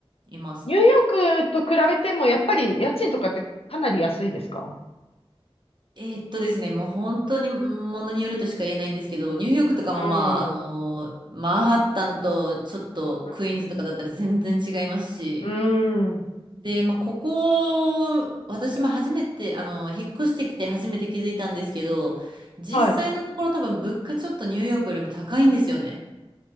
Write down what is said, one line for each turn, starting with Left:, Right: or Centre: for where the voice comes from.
Right: います。
Left: ニューヨークと比べても、やっぱり家賃とかってかなり安いですか
Right: えーっとですね、もう本当にものによるとしか言えないんですけど、ニューヨークとかもまあ、
Left: うーん。
Right: あのーマンハッタンとちょっとクイーンズとかだったら全然違いますし、
Left: うん。うーん
Right: で、まあ、ここ、私も初めて、あのー引っ越してきて初めて気づいたんですけど、実際のところ多分物価ちょっとニューヨークよりも高いんですよね。
Left: はい。